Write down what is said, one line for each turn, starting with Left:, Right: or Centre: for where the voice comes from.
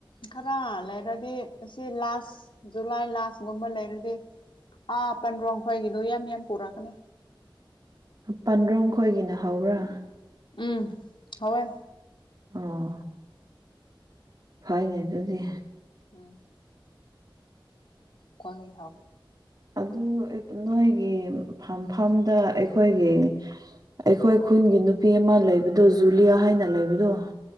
Left: ꯈꯔ ꯂꯩꯔꯗꯤ ꯁꯤ ꯂꯥꯁ ꯖꯨꯂꯥꯏ ꯂꯥꯁꯒꯨꯝꯕ ꯂꯩꯔꯗꯤ ꯑꯥ ꯄꯟꯔꯣꯡ ꯈꯣꯏꯒꯤꯗꯣ ꯌꯥꯝ ꯌꯥꯝ ꯄꯨꯔꯛꯀꯅꯤ
Right: ꯄꯟꯗ꯭ꯔꯣꯡ ꯈꯣꯏꯒꯤꯅ ꯍꯧꯕ꯭ꯔꯥ
Left: ꯎꯝ ꯍꯥꯎꯋꯦ
Right: ꯑꯣ ꯐꯩꯅꯦ ꯑꯗꯨꯗꯤ
Left: <inaudible> <unintelligible>
Right: ꯑꯗꯨ ꯅꯣꯏꯒꯤ ꯐꯝꯐꯝꯗ ꯑꯩꯈꯣꯏꯒꯤ ꯑꯩꯈꯣꯏ ꯈꯨꯟꯒꯤ ꯅꯨꯄꯤ ꯑꯃ ꯂꯩꯕꯗꯨ ꯖꯨꯂꯤꯌꯥ ꯍꯥꯏꯅ ꯂꯩꯕꯗꯨ